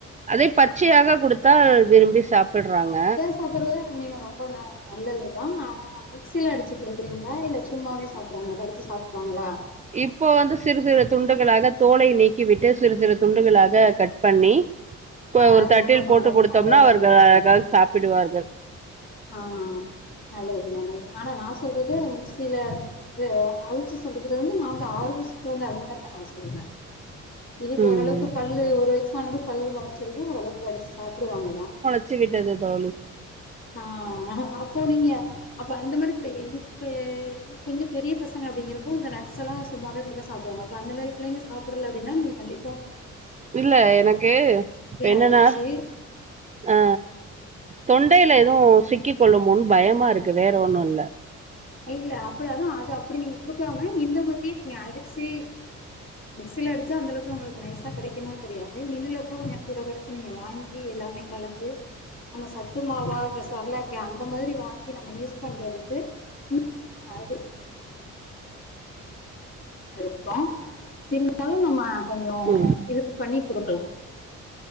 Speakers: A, on the right; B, on the left.
A: அதே பச்சையாக குடுத்தா விரும்பி சாப்படறாங்க
B: சாப்படறது உண்மையா ரொம்ப நல்லதுதா ஆனா மிக்சில அடிச்சு குடுக்கறீங்களா இல்ல சும்மாவே சாப் சாப்றாங்களா கடிச்சி சாப்பறாங்களா
A: இப்போ வந்து சிறு சிறு துண்டுகளாக தோலை நீக்கி விட்டு சிறு சிறு துண்டுகளாக கட் ட் பண்ணி
B: ஆ
A: ஒரு
B: அது
A: தட்டில்
B: ரொம்ப நல்ல
A: போட்டு குடுத்தோம்னா
B: நல்ல விஷயம்தான்
A: அவர்கள் அழகாக சாப்பிடுவார்கள்
B: ஆ ஆ நல்லது நல்லது ஆனா நா சொல்றது மிக்ஸ்சில இது அவுச்சு குடுக்கறது வந்து நா வந்து ஆறு மாசத்துல இருந்து அந்த மாறிதா நா சொல்றே இதுக்கு
A: ம்.
B: ஓரளவுக்கு பல்லு ஒரு வயசானது பல்லு முளச்சிருக்கு ஓரளவுக்கு கடிச்சு சாப்பிடுவாங்கதா
A: வச்சு கிட்டது தோழி
B: ஆ அப்போ நீங்க அப்ப அந்த மாறி செய்யங்க செய் கொஞ்ச பெரிய பசங்க அப்டிகரப்ப நட்ஸ்லா சும்மாவே குடுத்தா சாப்டுவாங்க அந்த மாறிபுள்ளைங்க சாப்டல அப்டினா நீங்க கண்டி வா
A: இல்ல எனக்கு இப்ப என்னன்னா
B: அடிச்சு
A: ஆ தொண்டையில எதுவு சிக்கிக் கொள்ளுமோன்னு பயமா இருக்கு வேற ஒண்ணு இல்ல
B: இல்ல அப்டி அதா அது அப்டி நீங்க குடுக்காம இந்த மாறியே நீங்க அடிச்சு மிக்சில அடிச்சா அந்தளவுக்கு நம்மளுக்கு நைசா கடைக்குமானு தெரியாது மில்லுல கூட கொஞ்சம் கூட குறச்சி நீங்க வாங்கி எல்லாமே கலந்து நம்ம சத்து மாவா இந்த செரலேக்கா அந்த மாறி வாங்கி நம்ம யூஸ் பண்றதுக்கு <unintelligible> அது இருக்கலா இருந்தாலு நம்ம கொஞ்சோ
A: ம்.
B: இது பண்ணி குடுக்கலா